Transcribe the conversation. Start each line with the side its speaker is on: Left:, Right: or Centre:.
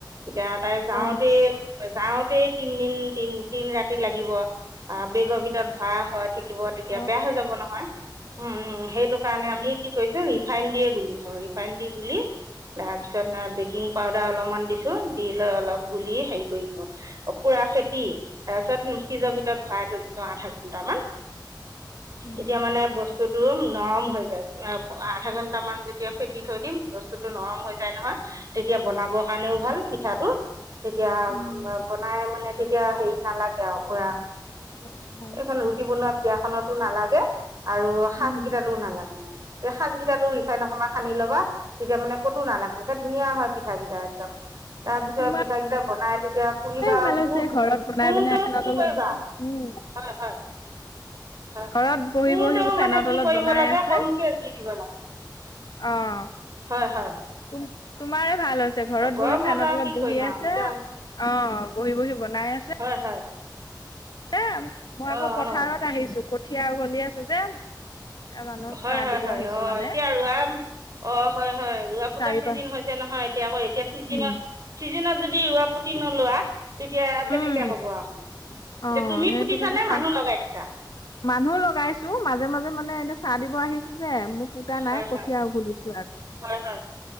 Right: এতিয়া তাই যাওঁতেই-যাওঁতেই
Left: অ'।
Right: তিনদিন তিন-তিন ৰাতি লাগিব। আ', বেগৰ ভিতৰত ভৰাই হোৱা থাকিব, তেতিয়া
Left: অ',
Right: বেয়া হৈ যাব নহয়। উম উম, সেইটো কাৰণে আমি কি কৰিছোঁ, ৰিফাইন দিয়েই গুলিছো, ৰিফাইন দি গুলি তাৰ পিছত বেকিং পাউদাৰ অলপমান দিছোঁ, দি লৈ অলপ গুলি হেৰি কৰিছোঁ পুৰা ফেতি, তাৰপিছত ফ্ৰিজৰ ভিতৰত ভৰাই থৈ দিলোঁ আধা ঘন্টামান।
Left: উম,
Right: এতিয়া মানে বস্ বস্তুটো নৰম হৈ যায়, এব-আধা ঘণ্টামান যেতিয়া ফেটি থৈ দিম, বস্তু স্তুটো নৰম হৈ যায় নহয়, তেতিয়া বনাবৰ কাৰণেও ভাল পিঠাটো তেতিয়া,
Left: উম,
Right: বনাই মানে তেতিয়া হেৰি নালাগে আৰু আ
Left: বনোৱা হয়,
Right: এইখন ৰুটি বনোৱা পীৰাখনটো নালাগে আৰু সাজকেইটাতো
Left: উম।
Right: নালাগে মানে। তে সাজকেইটাতো ৰি ফাইন অকমান সানি ল'বা, তেতিয়া মানে ক'তো নালাগে, একেবাৰে ধুনীয়া হয় পিঠাকেইটা একদম। তাৰপিছত
Left: অ তোমাৰে
Right: পিঠাকেইটা বনাই তেতিয়া পুৰিবা
Left: ভাল হৈছে
Right: ক
Left: ঘৰত বনাই
Right: কোনটো
Left: পিনে ফেনৰ
Right: কি
Left: তলত
Right: কৰিবা
Left: উম
Right: হয়,
Left: ঘৰত বহি
Right: পোৰতেও
Left: বহি ফেনৰ
Right: মানে
Left: তলত
Right: কি কৰিব
Left: বনাই
Right: লাগে
Left: আছে
Right: কমকে জুই দিব লাগে
Left: অ',
Right: হয় হয়
Left: তুম তোমাৰে ভাল হৈছে ঘৰত
Right: গৰমত
Left: বহি ফেনত
Right: আৰু
Left: তলত
Right: কি
Left: বহি
Right: কৰিম আৰু
Left: আছে
Right: এতিয়া
Left: অ বহি, বহি বনাই আছে
Right: হয় হয়
Left: দে, মই আকৌ
Right: অঁ
Left: পথাৰত
Right: অঁ
Left: আহিছো কঠীয়া উঘালি আছু যে এ মানুহক
Right: হয়,
Left: চাহ
Right: হয়,
Left: দিব
Right: হয়,
Left: আহিছো
Right: অ
Left: মানে
Right: এতিয়া আৰু ৰুৱা অ', হয় হয় ৰোৱা-পোতা
Left: চাৰি
Right: চিজিন
Left: পাঁচ
Right: হৈছে নহয় এতিয়া আকৌ এতিয়া ছিজিনত
Left: উম,
Right: ছিজিনত যদি ৰোৱা পুটি নলোৱা তেতিয়া কেনেকে
Left: উম,
Right: হব আৰু
Left: অ',
Right: এতিয়া তুমি
Left: সেইটো
Right: পুতিছা
Left: কাৰণে
Right: নে
Left: চাহ
Right: মানুহ লগাইছা
Left: মানুহ লগাইছো মাজে, মাজে মানে এনে চাহ দিব আহিছো যে মই পুতা নাই
Right: হয়
Left: কঠিয়া
Right: হয়
Left: উঘুলিছো
Right: হয়, হয়